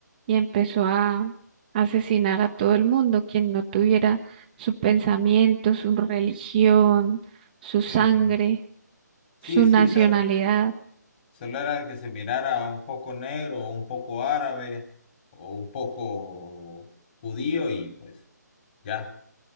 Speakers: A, on the right; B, on the left.
A: y empezó a asesinar a todo el mundo, quien no tuviera su pensamiento, su religión, su sangre,
B: sí, sí. Sí,
A: su
B: sí,
A: nacionalidad.
B: Sora. Solo era que se mirara un poco negro, o un poco árabe, o un poco judío, y pues ya,